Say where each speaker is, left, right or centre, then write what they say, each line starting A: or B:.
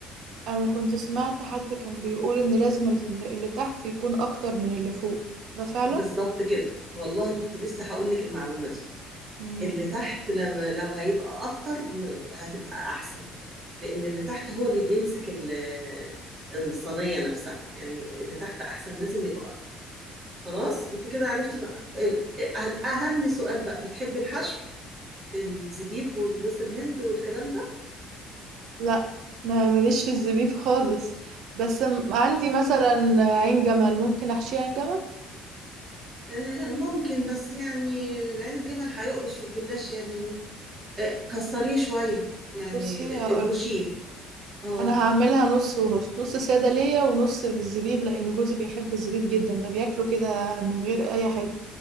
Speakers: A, on the right; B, on the right.
A: انا كنت سمعت حد كان بيقول ان لازم ال- اللي تحت يكون اكتر من اللي فوق ده فعلا
B: بالظبط كده والله كنت لسه هقول لك المعلومة دي
A: مم.
B: اللي تحت لما لو هيبقى اكتر م- هتبقى احسن لان اللي تحت هو اللي بيمسك ال- الصينية نفسها يعني اللي تحت احسن لازم يبقى اكتر خلاص انت كده عرفتي بقى ال- أه- اهم سؤال بقى بتحبي الحشو الزبيب والجوز الهند والكلام ده
A: لا ما ماليش في الزبيب خالص بس م- عندي
B: يا خبر
A: مثلا عين جمل ممكن احشيها عين جمل
B: آه، ممكن بس يعني عين الجمل هيقرش في الجلاش يعني آه، كسريه شوية يعني
A: بصي هقولك
B: آه، اجرشيه اه
A: انا هعملها نص ونص نص ساده ليا ونص بالزبيب لان جوزي بيحب الزبيب جدا ده بياكله كده من غير اي حاجه